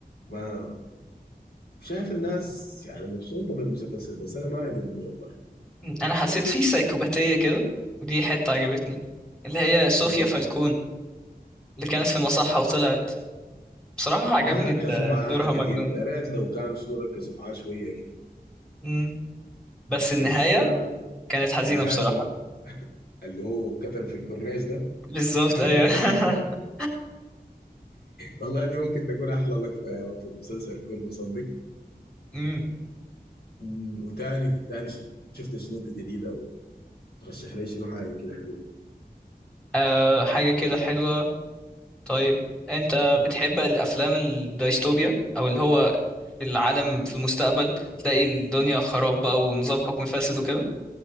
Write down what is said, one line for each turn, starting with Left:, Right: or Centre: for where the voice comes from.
Left: ما شايف الناس يعني مبسوطة بالمسلسل بس انا ما عجبني والله
Centre: انا حسيت فيه سايكوباتيه كده ودي حته عجبتني اللي هي صوفيا
Left: ما
Centre: فالكون اللي كانت في مصحه وطلعت بصراحه عجبني
Left: ما ركزوا
Centre: ال-
Left: معاها
Centre: دورها
Left: كتير
Centre: مجنون
Left: يا ريت لو كان شنو ركزوا معاه شوية كده
Centre: امم بس
Left: بس
Centre: النهايه
Left: انا
Centre: كانت حزينه
Left: النهاية
Centre: بصراحه
Left: اللي هو اللي هو كتل في الكورنيش ده
Centre: بالظبط
Left: <laughs>
Centre: ايوه <laughs>
Left: والله دي ممكن تكون احلى لقطة يا مان في المسلسل كله صدق
Centre: امم
Left: مم، وتاني تاني شفت شنو انت جديدة وترشح لي شنو حاجة كده حلوة
Centre: أه حاجه كده حلوه طيب انت بتحب الافلام الدايستوبيا او اللي هو العالم في المستقبل تلاقي الدنيا خراب بقى ونظام حكم فاسد وكده